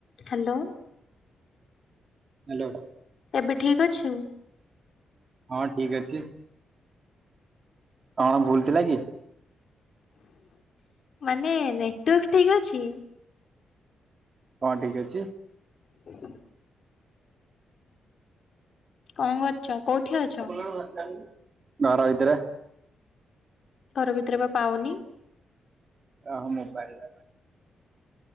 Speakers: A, on the left; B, on the right.
A: Hello.
B: Hello.
A: ଏବେ ଠିକ ଅଛି?
B: ହଁ ଠିକ୍ ଅଛି। କଣ ଭୁଲ ଥିଲା କି?
A: ମାନେ ନେଟୱାର୍କ ଠିକ ଅଛି?
B: କଣ ଠିକ ଅଛି?
A: ହଁ କଣ କରୁଚ କୋଉଠି ଅଛ?
B: <unintelligible> ଘର ଭିତରେ।
A: ଘର ଭିତରେ ପା ପାଉନି।
B: ଓ ମୋବାଇଲ ଟା <unintelligible>